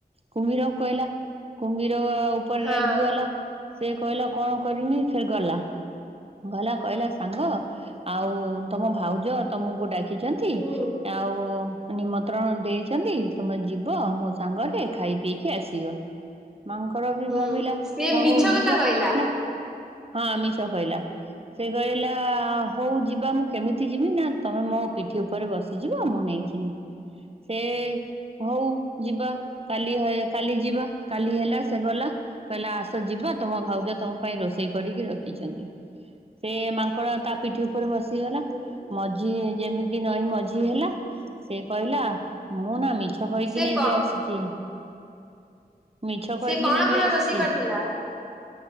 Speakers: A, on the right; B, in the centre.
A: କୁମ୍ଭୀରଙ୍କୁ କହିଲା କୁମ୍ଭୀର ଉପରେ
B: ହଁ
A: ରାଗି ଗଲା ସେ କହିଲା କଣ କରବି ଫେର ଗଲା। ଗଲା କହିଲା ସାଙ୍ଗ ଆଉ ତମ ଭାଉଜ ତମକୁ ଡାକିଛନ୍ ନ୍ତି
B: ହୁଁ
A: ଆଉ ନିମନ୍ତ୍ରଣ ଦେଇଛନ୍ତି ତମେ ଯିବ ମୋ ସାଙ୍ଗରେ ଖାଇ ପିଇକି ଆସିବ। ମାଙ୍କର ବି
B: ହୁଁ
A: ଭାବିଲା
B: ସେ
A: ହଁ
B: ମିଛ
A: ହଉ
B: କଥା
A: ଯିବା
B: କହିଲା।
A: ନା ହଁ ଆମିଷ କହିଲା। ସେ କହିଲା ହଉ ଯିବା ମୁଁ କେମିତି ଯିବି ନା ତୁମେ ମୋ ପିଠି ଉପରେ ବସିଯିବ ମୁଁ ନେଇକି ଉଁ ସେ ହଉ ଯିବା
B: ହୁଁ
A: କାଲି କାଲି ଯିବା କାଲି ହେଲା ସେ ଗଲା କହିଲା ଆସ ଯିବ ତମ ଭାଉଜ ତମ ପାଇଁ ରୋଷେଇ କରିକି ରଖିଛନ୍ତି। ସେ ମାଙ୍କଡ଼ ତା ପିଠି ଉପରେ ବସିଗଲା
B: ହୁଁ।
A: ମ ଝ ଯେମିତି ନଈ ମଝି ହେଲା ସେ କହିଲା ମୁଁ ନା ମିଛ କହିକି
B: ସେ
A: ନେଇକି
B: କ
A: ଆସିଛି। ମିଛ
B: ସେ
A: କହିକି
B: କଣ
A: ନେଇକି
B: କଣ
A: ଆସିଛି
B: ରୋଷେଇ କରିଥିଲା?